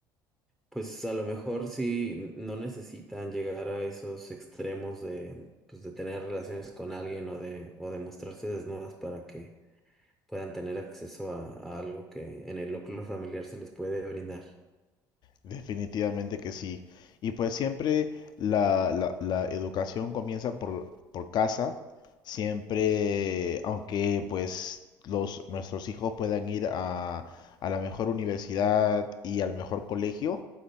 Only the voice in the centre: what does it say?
pues a lo mejor sí n- no necesitan llegar a esos extremos de, pues de tener relaciones con alguien o de, o de mostrarse desnudas para que puedan tener acceso a, a algo que en el núcleo familiar se les puede brindar.